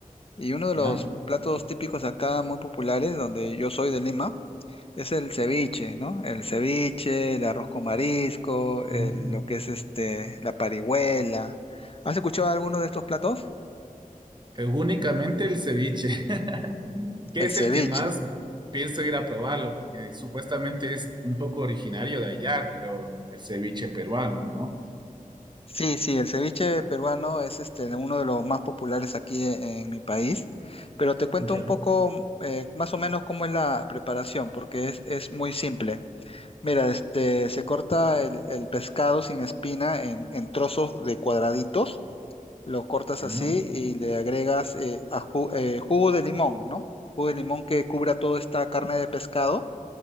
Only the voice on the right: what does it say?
¿Ya?
Mm.
Eh, únicamente el ceviche, <laughs> que
es
el que más pienso ir a probarlo, porque supuestamente es un poco originario de allá, creo, el ceviche peruano, ¿no?
Ya,
ya.